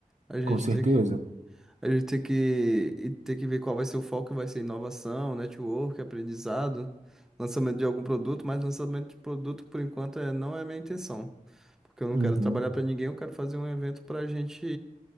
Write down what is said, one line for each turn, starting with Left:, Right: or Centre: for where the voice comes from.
Centre: A gente
Right: Com certeza.
Centre: tem que, a gente tem que, e tem que ver qual vai ser o foco, vai ser inovação, network, aprendizado, lançamento de algum produto, mas lançamento de produto, por enquanto, é, não é a minha intenção. Porque eu não
Right: Uhum.
Centre: quero trabalhar para ninguém, eu quero fazer um evento para gente